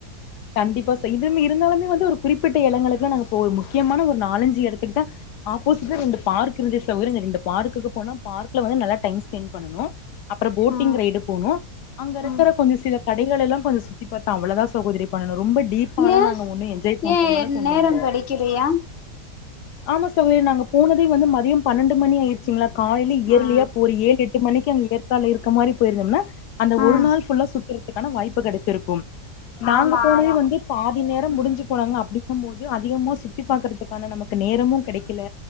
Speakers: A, on the left; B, on the left.
A: கண்டிப்பா செயதுமே இருந்தாலுமே வந்து ஒரு குறிப்பிட்ட இடங்களுக்குல்லா நாங்க போல முக்கியமான ஒரு நாலஞ்சு இடத்துக்கு தா ஆப்போசிட்ல ரெண்டு பார்க் இருந்த சவுரிம் பார்குக்கு போன பார்க்ல வந்து நல்லா டைம் ஸ்பெண்ட் பண்னோ அப்றோ போட்டிங்
B: ஆ
A: ரைடு போனோ அங்க இருக்கிற
B: ம்
A: கொஞ்ச சில கடைகல்லா கொஞ்சோ சுத்தி பாத்தோ அவ்ளதா சகோதிரி பண்ணணு ரொம்ப டீப்பாலா
B: ஏ
A: நாங்க ஒண்ணு என்ஜாய் பண்ற
B: ஏ
A: மேலக்கு ஒண்ணு
B: நேரம்
A: இல்ல
B: கெடைக்கலையா
A: ஆமா சௌரி நாங்க போனதே வந்து மதியோ பன்னெண்டு மணி ஆயிடுச் ங்களா காலில இர்லியா
B: ஆ
A: ஒரு ஏழு எட்டு மணிக்கு அங்க ஏற்கால இருக்க மாதிரி போயிருங்கன்னா அந்த
B: ஆ
A: ஒரு நாள் ஃபுல்லா சுத்துறதுக்கான வாய்ப்பு கிடைச்சிருக்கு நாங்க
B: ஆமா
A: போனதே
B: ஆமா
A: வந்து பாதி நேரோ
B: ம்
A: முடிஞ்சு போனாங்க அப்படி போது அதிகமா சுத்தி பாக்குறதுக்கான நமக்கு நேரமு கிடைக்கல